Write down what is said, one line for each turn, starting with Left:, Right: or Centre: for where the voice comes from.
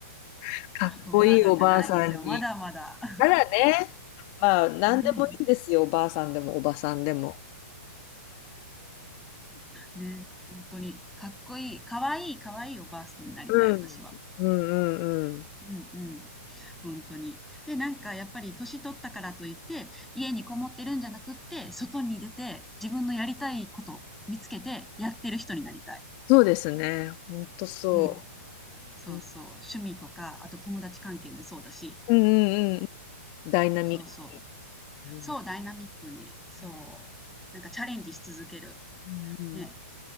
Left: <laughs> かっこいいおばあさんに。
Centre: おばあさんじゃないですよ、まだまだ。
Left: たらね。まあ、なんでもいいんですよ、
Centre: うん、
Left: おばあさんでもおばさんでも。
Centre: ね、本当に、かっこいい、かわいい、かわいいおばあさんになりたい、
Left: うん、
Centre: 私は。
Left: うん、うん、うん。
Centre: うんうん。本当に。で、なんかやっぱり年取ったからといって、家にこもってるんじゃなくって、外に出て自分のやりたいこと見つけてやってる人になりたい。
Left: そうですね。ほんとそ
Centre: うん。そうそう。
Left: う。うん
Centre: 趣味とか、あと友達関係もそうだし。
Left: うんうん。ダイナミックに。
Centre: そうそう。
Left: うん
Centre: そう、ダイナミックに。
Left: う
Centre: そう。なんかチャレンジし続ける。
Left: んうん。
Centre: ね。